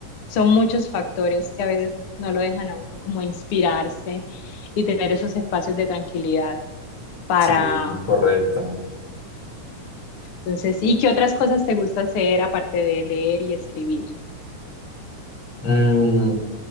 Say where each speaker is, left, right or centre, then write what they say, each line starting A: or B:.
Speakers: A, on the left; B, on the left.
A: Son muchos factores que a veces no lo dejan a uno como inspirarse y tener esos espacios de tranquilidad para...
B: Sí, correcto.
A: Entonces, ¿y qué otras cosas te gusta hacer aparte de leer y escribir?
B: Mm,